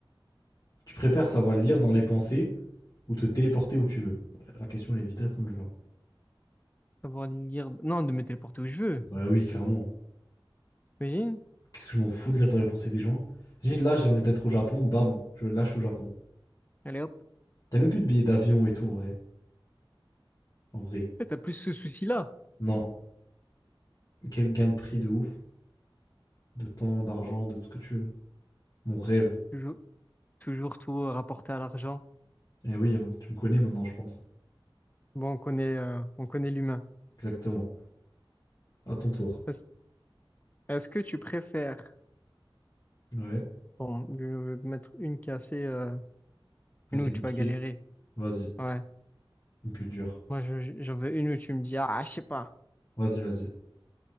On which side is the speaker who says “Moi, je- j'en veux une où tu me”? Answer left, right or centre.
Left